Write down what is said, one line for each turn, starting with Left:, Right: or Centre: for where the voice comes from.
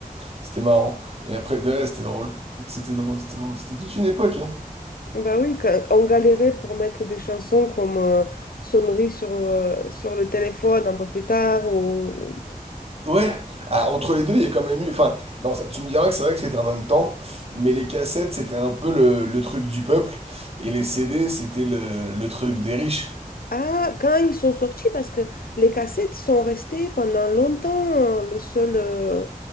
Right: C'était marrant. Et après, ouais, c'était drôle. C'était drôle, c'était drôle. C'était toute une époque, hein.
Left: Bah oui, quand on galérait pour mettre des chansons comme euh, Sonnerie sur, euh, sur le téléphone un peu plus tard. Ou... euh,
Right: Ouais, Ah, entre les deux, il y a quand même eu. Enfin, non, ça- tu me diras que c'est vrai que c'était en même temps, mais les cassettes, c'était un peu le, le truc du peuple, et les CD, c'était le, le truc des riches.
Left: Ah, quand ils sont sortis, parce que les cassettes sont restées pendant longtemps euh, le seul, euh,